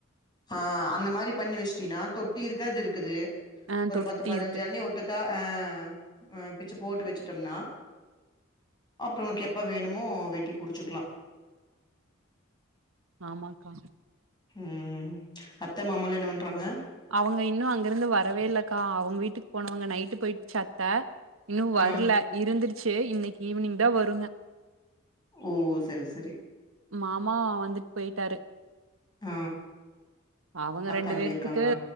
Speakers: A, on the left; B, on the right.
A: ஆ அந்த மாரி பண்ணி வெஷ்டின்னா தொட்டி இருக்கு அது இருக்குது
B: ஆ
A: ஒரு
B: தொட்டி
A: பத்து பதினஞ்சி
B: இருக்கு.
A: இளநீய ஒட்டு க்க ஆ பிச்சு போட்டு வெச்சுட்டோம்னா அப்றோ உனக்கு எப்ப வேணுமோ வெட்டி குடிச்சுக்லா
B: ஆமாக்கா
A: ம் அத்த மாமல்லா என்ன பண்றாங்க
B: அவுங்க இன்னு அங்க இருந்து வரவே இல்லக்கா அவுங்க வீட்டுக்கு போனவங்க நைட்டு போயிட்டுச்சி அத் த இன்னு வர்ல
A: ஆ
B: இருந்துடுச்சு இன்னைக் ஈவ்னிங் தா வருங்க
A: ஓ சரி சரி
B: மாமா வந்துட் போயிட்டாரு
A: ஆ
B: அவங்க
A: அத்த
B: ரெண்டு
A: அங்க
B: பேர்த்க்கு
A: இருக்காங்களா